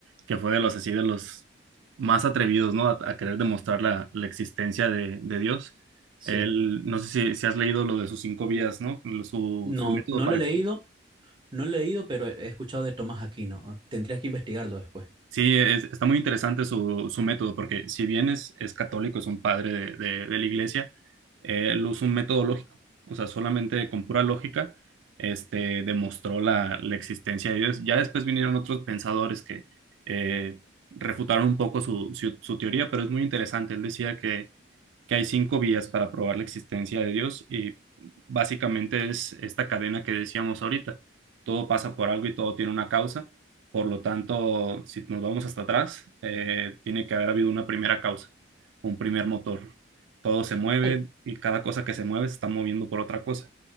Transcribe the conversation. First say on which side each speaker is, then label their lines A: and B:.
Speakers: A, on the right; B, on the right.
A: que fue de los así de los más atrevidos, ¿no? A, a querer demostrar la, la existencia de, de Dios.
B: Sí.
A: Él, no sé si, si has leído lo de sus cinco vías, ¿no? Lo- Su,
B: No,
A: su método
B: no
A: para
B: lo he leído, no lo he leído, pero he escuchado de Tomás Aquino. Tendrías que investigarlo después.
A: Sí, es- está muy interesante su, su método, porque si bien es, es católico, es un padre de, de- de la iglesia, eh, él usa un método lógico, o sea, solamente con pura lógica, este, demostró la, la existencia de Dios. Ya después vinieron otros pensadores que eh, refutaron un poco su, su, su teoría, pero es muy interesante. Él decía que hay cinco vías para probar la existencia de Dios y básicamente es esta cadena que decíamos ahorita. Todo pasa por algo y todo tiene una causa. Por lo tanto, si nos vamos hasta atrás, eh, tiene que haber habido una primera causa, un primer motor. Todo se mueve
B: Tal,
A: y cada cosa que se mueve se está moviendo por otra cosa.